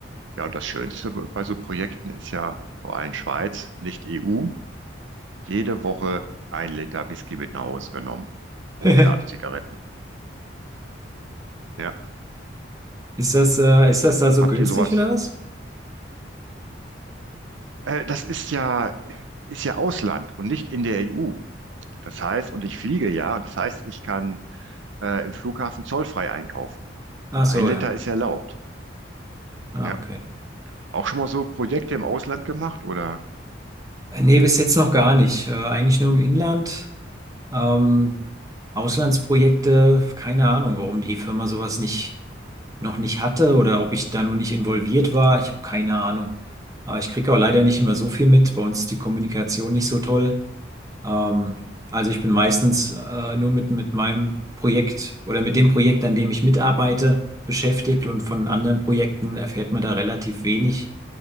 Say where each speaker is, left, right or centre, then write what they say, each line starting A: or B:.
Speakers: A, on the right; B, on the right.
A: ja, und das Schönste bei so Projekten ist ja vor allem Schweiz, nicht EU, jede Woche ein Liter Whisky mit nach Hause genommen. Und
B: <laughs>
A: klar, Zigaretten. Ja.
B: Ist das, äh, ist das da so
A: Habt
B: günstig
A: ihr sowas?
B: oder was?
A: Äh, das ist ja, ist ja Ausland und nicht in der EU. Das heißt, und ich fliege ja, das heißt, ich kann äh, im Flughafen zollfrei einkaufen.
B: Ach
A: Und
B: so,
A: ein Liter
B: ja.
A: ist erlaubt.
B: Ah,
A: Ja.
B: okay.
A: Auch schon mal so Projekte im Ausland gemacht oder?
B: Äh, Nee, bis jetzt noch gar nicht. Äh, eigentlich nur im Inland. Ähm, Auslandsprojekte, keine Ahnung, warum die Firma sowas nicht, noch nicht hatte oder ob ich da nur nicht involviert war. Ich habe keine Ahnung. Äh, ich kriege auch leider nicht immer so viel mit. Bei uns ist die Kommunikation nicht so toll. Ähm, also ich bin meistens äh, nur mit, mit meinem Projekt oder mit dem Projekt, an dem ich mitarbeite, beschäftigt und von anderen Projekten erfährt man da relativ wenig.